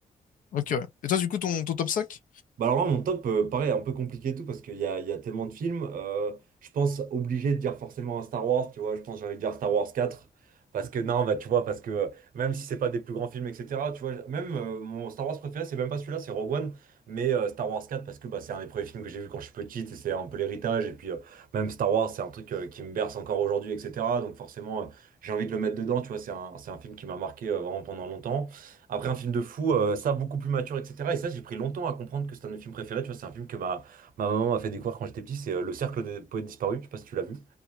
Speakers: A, on the left; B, on the right.
A: Ok, ouais. Et toi, du coup, ton, ton top cinq
B: Bah alors là, mon top, euh, pareil, un peu compliqué et tout, parce qu'il y a, il y a tellement de films. euh, je pense obligé de dire forcément un Star Wars, tu vois, je pense que j'allais dire Star Wars quatre Parce que non, bah tu vois, parce que euh, même si c'est pas des plus grands films, etc., tu vois, même euh, mon Star Wars préféré, c'est même pas celui-là, c'est Rogue One, mais euh, Star Wars quatre parce que bah, c'est un des premiers films que j'ai vu quand je suis petite, et c'est un peu l'héritage, et puis euh, même Star Wars, c'est un truc euh, qui me berce encore aujourd'hui, etc., donc forcément, euh, j'ai envie de le mettre dedans, tu vois, c'est un, c'est un film qui m'a marqué euh, vraiment pendant longtemps. Après, un film de fou, euh, ça, beaucoup plus mature, etc. Et ça, j'ai pris longtemps à comprendre que c'était un de mes films préférés. Tu vois, c'est un film que ma, ma maman m'a fait découvrir quand j'étais petit. C'est euh, Le Cercle des poètes disparus. Je sais pas si tu l'as vu.